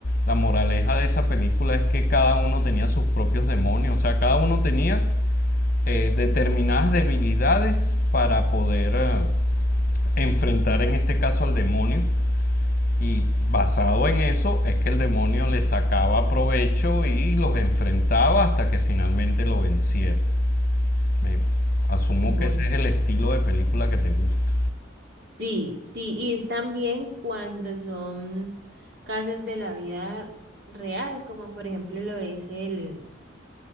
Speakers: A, on the left; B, on the right.
A: la moraleja de esa película es que cada uno tenía sus propios demonios, o sea, cada uno tenía eh, determinadas debilidades para poder eh, enfrentar en este caso al demonio y basado en eso es que el demonio le sacaba provecho y los enfrentaba hasta que finalmente lo venciera. Me- asumo
B: Bueno,
A: que ese es el estilo de película que te gusta.
B: sí, sí, y también cuando son casos de la vida real, como por ejemplo lo es el,